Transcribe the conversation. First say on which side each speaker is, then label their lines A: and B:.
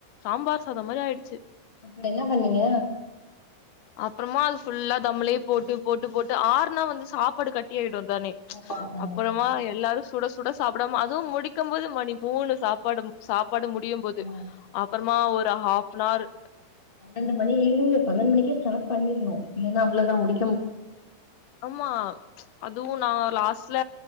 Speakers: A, on the left (about 75°); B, on the left (about 20°).
A: சாம்பார் சாதம் மாதிரி ஆயிடுச்சு
B: அப்பற என பண்ணீங்க
A: அப்புறமா அது ஃபுல்லா தம்ளேயே போட்டு போட்டு போட்டு ஆறுனா வந்து சாப்பாடு கட்டி ஆயிடுந் தானே
B: ஆமா, ஆமா.
A: அப்புறமா
B: செட்டியாயிடும்.
A: எல்லாரு சுட சு சுட சாப்பிடாம அதுவு முடிக்கும்போது மணி மூணு சாப்பாடு சாப்பாடு முடியும் போது
B: ஆமா.
A: அப்புறமா ஒரு ஹாஃப்னார்
B: பன்னெண்டு மணி பன்னெண்டுமணிக்கே ஸ்டார்ட் பண்ணிட்ணோ இல்லன்னா அவ்வளோதா முடிக்
A: ஆமா அதுவு நா லாஸ்ட்ல